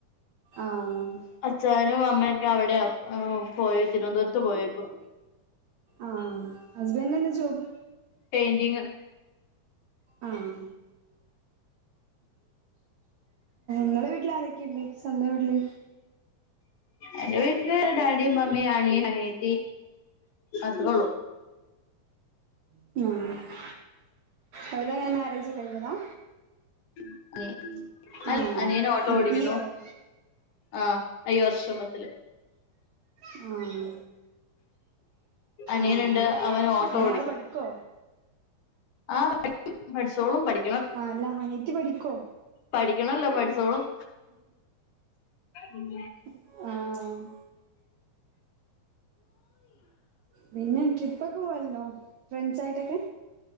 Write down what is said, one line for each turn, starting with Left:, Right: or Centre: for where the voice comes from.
Right: ആഹ്
Left: അച്ചായനും അമ്മയൊക്കെ അവിടെയാ പോയേ തിരുവനന്തപുരത്ത് പോയേക്കുവാ
Right: ആഹ് ഹസ്ബന്റിനെന്താ ജോബ്
Left: പെയിന്റിങ്
Right: ആഹ് ങ്ങളെ വീട്ടിലാരൊക്കെയ്ണ്ട് സ്വന്തം വീട്ടില്
Left: എന്റെ വീട്ടില് ഡാഡി മമ്മി അനിയൻ അനിയത്തി അത്രേള്ളു
Right: ആഹ് അവര്തെങ്ങനെ മാരേജ് കഴിഞ്ഞതാ
Left: <unintelligible> അ
Right: ആഹ്
Left: അനിയനോട്ടോ
Right: ഈ
Left: ഓടിക്കുന്നു
Right: ഇയറോ
Left: ആഹ് അയ്യർഷമത്തില്
Right: ആഹ്
Left: അനിയനുണ്ട്
Right: ആഹ്
Left: അവൻ ഓട്ടോ
Right: എങ്ങനേ ആള് പഠിക്കോ
Left: ആ പഠിക്കും പഠിച്ചോളും പഠി
Right: ആല്ലാ അനിയത്തി പഠിക്കോ
Left: പഠിക്കണല്ലോ പഠിച്ചോളും ഉം
Right: ആഹ് പിന്നെ ട്രിപ്പൊക്കെ പോവല്ണ്ടോ ഫ്രണ്ട്സായിട്ടൊക്കെ